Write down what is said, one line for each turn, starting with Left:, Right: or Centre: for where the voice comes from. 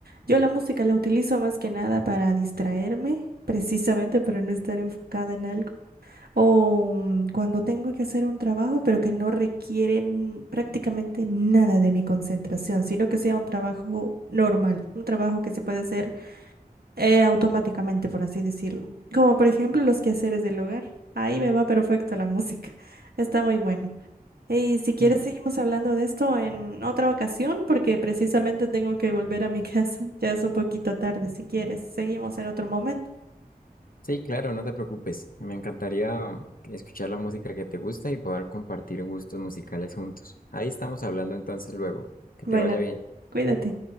Right: Yo la música la utilizo más que nada para distraerme, precisamente para no estar enfocada en algo. O mm, cuando tengo que hacer un trabajo, pero que no requiere n- prácticamente nada de mi concentración, sino que sea un trabajo normal, un trabajo que se puede hacer eh, automáticamente, por así decirlo. Como por ejemplo los quehaceres del hogar. Ahí me va perfecto la música. <laughs> Está muy bueno. Y si quieres,
Left: Mm,
Right: seguimos hablando de esto en otra ocasión, porque precisamente tengo que volver a mi casa. <laughs> Ya es un poquito tarde. Si quieres, seguimos en otro momento.
Left: Sí, claro, no te preocupes. Me encantaría um, escuchar la música que te gusta y poder compartir gustos musicales juntos. Ahí estamos hablando entonces luego. Que
Right: Bueno,
Left: te vaya bien.
Right: cuídate.